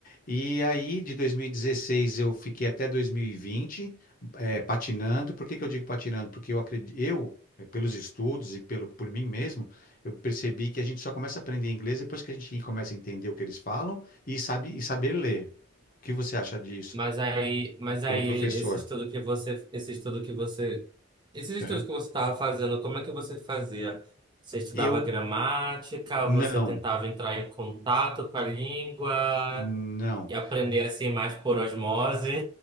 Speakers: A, on the left (about 40°); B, on the right (about 20°).
A: E aí de 2016 eu fiquei até 2020 eh, patinando. Por que que eu digo patinando? Porque eu acredito, eu eh, pelos estudos e pelo por mim mesmo, eu percebi que a gente só começa a aprender inglês depois que a gente começa a entender o que eles falam e sabe e saber ler. O que você acha disso,
B: Mas aí, mas
A: como
B: aí
A: professor?
B: esse estudo que você, esse estudo que você, esses estudos
A: Aham.
B: que você estava fazendo, como é que você fazia? Você estudava
A: Eu
B: gramática,
A: não,
B: você tentava entrar em contato com a língua
A: não.
B: e aprender assim mais por osmose?